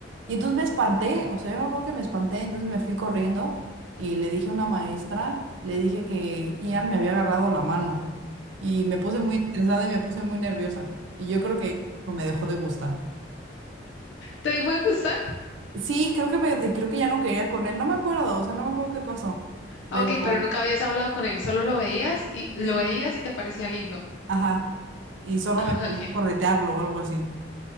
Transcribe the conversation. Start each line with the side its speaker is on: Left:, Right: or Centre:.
Right: Y entonces me espanté, o sea, yo me acuerdo que me espanté, entonces me fui corriendo y le dije a una maestra, le dije que Ian me había agarrado la mano. Y me puse muy estresada y me puse muy nerviosa. Y yo creo que o me dejó de gustar.
Left: ¿Te dejó de gustar?
Right: Sí, creo que me- creo que ya no quería con él, no me acuerdo, o sea, no me acuerdo qué pasó, pero,
Left: Ah, Ok, pero nunca habías hablado con él, solo lo veías y lo
Right: eh,
Left: veías y te parecía lindo. <laughs>
Right: ajá, y solo
Left: Ah,
Right: me ponía
Left: Ok,
Right: a corretearlo o algo así.